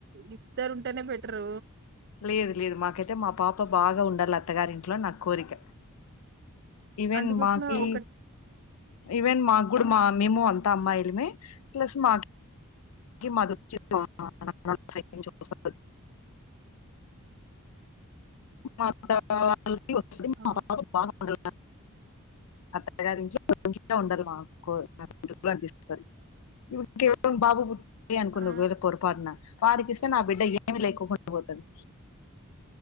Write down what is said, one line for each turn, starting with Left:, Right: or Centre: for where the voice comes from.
Right: ఇద్దరు ఉంటేనే బెటరు
Left: లేదు లేదు మాకైతే మా పాప బాగా ఉండాలి అత్తగారింట్లో నా కోరిక ఇవెన్
Right: అందుకోసమే
Left: మాకి
Right: ఒకట్
Left: ఇవెన్ మాకి ఇప్పుడు మా అన్న ఏమో అంత అమ్మాయిలమే ప్లస్ మాకి కి మాది వచ్చింది. మా అన్న వాళ్ళ స్రెడ్ నుంచి వస్తాది మా అత్త వళ్ళది వస్తాది
Right: ఆ!
Left: మా బావా బాగా ఉండోలు అత్తగారి ఇంట్లో మాంచిగా ఉండాలి మాకు అనిపిస్తుంది ఇప్పుడు కేవలం బాబు పుట్టిండు అనుకోండి
Right: ఆ!
Left: ఒకవేళ పొరపాటునా వడికిస్తే నా బిడ్డకి ఏమి లేకుండా పోతది